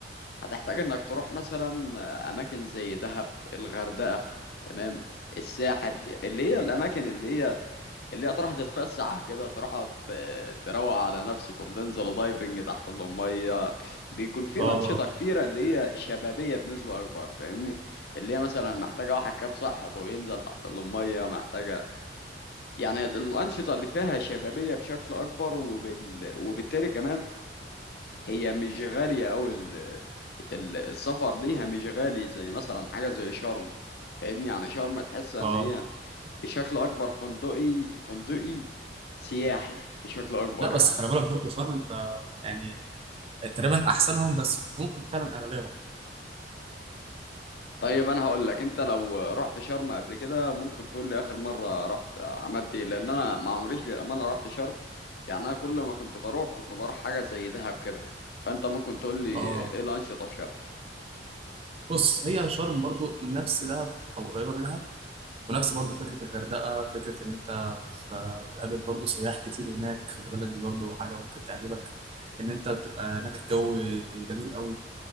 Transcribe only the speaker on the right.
اه
اه
لا بس
خلي بالك برضه فاهم انت يعني تقريبا احسنهم بس ممكن فعلا اغلبهم
اه
بص هي شرم برضه نفس دهب او قريبه منها ونفس برضه فكره الغردقه فكره ان انت ف- بتقابل برضه سياح كتير هناك خلي بالك دي برضه حاجه ممكن تعجبك ان انت بتبقى هناك الجو جميل قوي